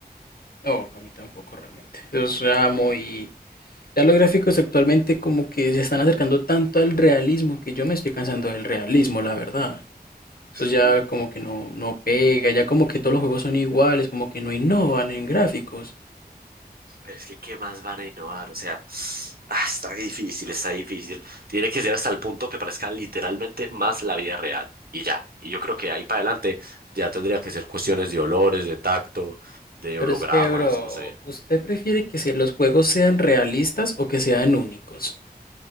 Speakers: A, on the left; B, on the right.
A: No, a mí tampoco realmente. Eso era muy... Ya los gráficos actualmente como que se están acercando tanto al realismo que yo me estoy cansando del realismo, la verdad. Eso
B: Sí,
A: ya como que no, no pega, ya como que todos los juegos son iguales, como que no innovan en gráficos.
B: Pero es que, ¿qué más van a innovar? O sea, <sighs> ah, está difícil, está difícil. Tiene que ser hasta el punto que parezca literalmente más la vida real. Y ya. Y yo creo que ahí para adelante ya tendría que ser cuestiones de olores, de tacto, de hologramas,
A: Pero es que, bro,
B: no sé.
A: ¿usted prefiere que se- los juegos sean realistas o que sean únicos?